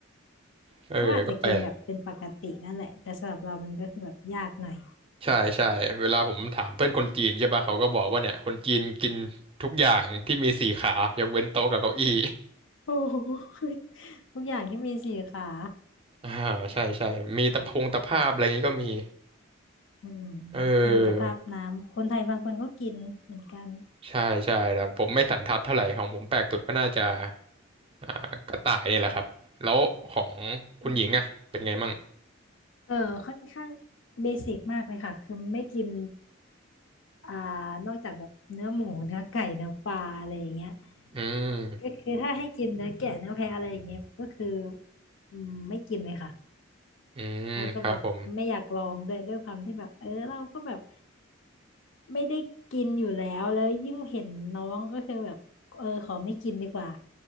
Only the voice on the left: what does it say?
เขาอาจจะกินแบบเป็นปกตินั่นแหละแต่สำหรับเรามันก็คือแบบยากหน่อย
โอ้ <laughs> โหทุกอย่างที่มีสี่ขา
อืม
เออแต่ภาพน้ำคนไทยบางคนก็กินเหมือนกัน
อ๋อเออค่อนข้างเบสิกมากเลยค่ะคือไม่กินอ่านอกจากแบบเนื้อหมูเนื้อไก่เนื้อปลาอะไรอย่างเงี้ย
ก็คือถ้าให้กินเนื้อแกะเนื้อแพะอะไรอย่างเงี้ยก็คืออืมไม่กินเลยค่ะ
แล้วก็แบบไม่อยากลองด้วยด้วยความที่แบบเออเราก็แบบไม่ได้กินอยู่แล้วแล้วยิ่งเห็นน้องก็คือแบบเออขอไม่กินดีกว่า